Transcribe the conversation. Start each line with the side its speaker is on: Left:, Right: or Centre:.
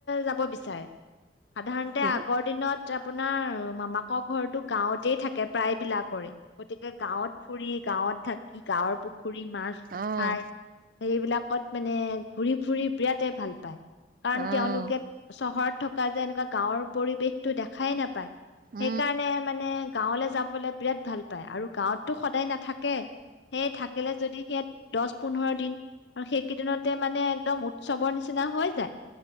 Left: যাব বিচাৰে সাধাৰণতে
Right: কি
Left: আগৰ
Right: হ'ল
Left: দিনত আপোনাৰ মামাক আ ঘৰৰতো গাঁৱতেই থাকে প্ৰায়বলাক কৰে গতিকে গাঁৱত ফুৰি গাঁৱত থাকি গাঁৱৰ পু পুখুৰী মাছ
Right: অ',
Left: খাই এইবিলাক ত মানে ঘ ফুৰি বিৰাটেই ভাল পায় কাৰণ
Right: অ',
Left: তেওঁলোকে চহৰত থকা যে এনেকুৱা গাঁৱৰ পৰিৱেশতটো দেখাই নাপায়
Right: উম
Left: সেইকাৰণে মানে গাঁৱলে যাব বিৰাট ভাল পায় আৰু গাঁৱতটো সদায় নাথাকে সেই থাকিলে যদি সেই দহ পোন্ধৰ দিন আৰু সেইকেইদিনতে মানে একদম উৎসৱৰ নিচিনা হৈ যায়